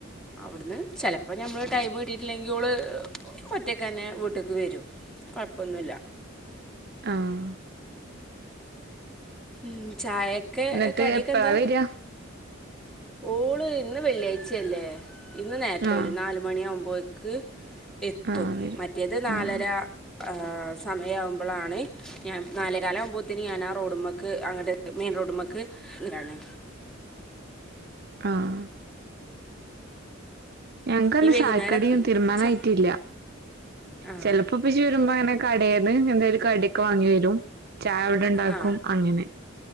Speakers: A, in the centre; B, on the right.
A: അവിടുന്ന് ചെലപ്പോ ഞമ്മള് ടൈം കിട്ടിയിട്ടില്ലെങ്കി ഒള് ഒറ്റക്കന്നെ വിട്ട് ക്ക് വരും കൊഴപ്പൊന്നുല്ല
B: ആഹ്‌
A: ഉം ചായക്കെ
B: എന്നിട്ട്
A: കടിയെക്കെന്താ?
B: എപ്പഴാ വരാ
A: ഓള് ഇന്ന് വെള്ളിയാഴ്ചയല്ലേ ഇന്ന് നേരത്തെ
B: ആഹ്
A: വരും നാല് മണിയാകുമ്പയേക്ക് എത്തും
B: ആഹ് വരും
A: മറ്റേത് നാലര
B: ആഹ്
A: ആഹ് സമയാവുമ്പളാണ് ഞാൻ നാലേ കാലാവുമ്പോ ത്തിന് ഞാനാ റോഡ്മ്മക്ക് അങ്ങട്ട് മെയിൻ റോഡുമ്മക്ക് നിക്കാന്
B: ആഹ് ഞങ്ങക്ക് അന്ന്
A: ഇനി വൈകുന്നേരം
B: ചായക്കടിയും തീരുമാനായിട്ടില്ല
A: ച്ച ആ
B: ചെല പ്പം ഇപ്പെച്ചി വരുമ്പോ അങ്ങനെ കടേന്ന് എന്തേലും ഒരു കടിയൊക്കെ വാങ്ങി വരും ചായ ഇവിടെ ഇണ്ടാക്കും
A: ആ
B: അങ്ങനെ